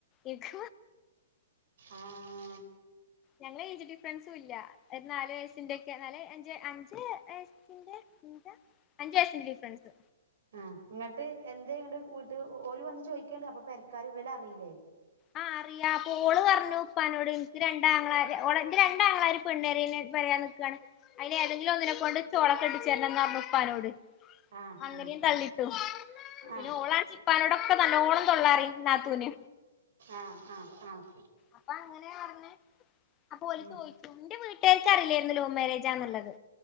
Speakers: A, on the left (about 25°); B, on the right (about 55°).
A: ഇൻക്ക്
B: ആഹ്
A: ഞങ്ങള് ഏജ് ഡിഫറൻസും ഇല്ല ഒര് നാല് വയസ്സിന്റെക്കെ നാല് അഞ്ച് അഞ്ച് വയസ്സിന്റെന്താ അഞ്ച് വയസ്സിന്റെ ഡിഫ്രൻസ്
B: ആഹ് ഇങ്ങട്ട് എന്തേ ഇങ്ങട്ട് വീട്ട് ഓ ഓല് വന്ന് ചോയ്ക്കൺണ്ട് അപ്പൊ പെരക്കാരും ഇവലറിയീലേ
A: ആഹ് അറിയാ അപ്പൊ ഓള് പറഞ്ഞു ഉപ്പാനോട് എനിക്ക് രണ്ടാങ്ങളാരാ ഓള് എന്റെ രണ്ടാങ്ങളാര് പെണ്ണേരയ്ൽന് തെരയാൻ നിക്ക്വാണ് അയ്ന് ഏതെങ്കിലൊന്നിനെ കൊണ്ട് ച്ച്ഓളെ ക്കെട്ടിച്ചേരണംന്ന് പറഞ്ഞ് ഉപ്പാനോട്
B: ആഹ്
A: അങ്ങനേം
B: ആഹ്
A: തള്ളീട്ടു പിന്നോള
B: ആഹ്
A: ഉപ്പാനോടൊക്കെ നല്ലോണം തൊള്ളാറയും നാത്തൂന്
B: ആഹ് ആഹ് ആഹ്
A: അപ്പൊ അങ്ങനെയാ പറഞ്ഞേ അപ്പൊ ഓല്
B: ഉം
A: ചോയ് ഇന്റെ വീട്ടുകാർക്കറില്ലാര്ന്നു ലവ് മാരേജാന്ന്ള്ളത്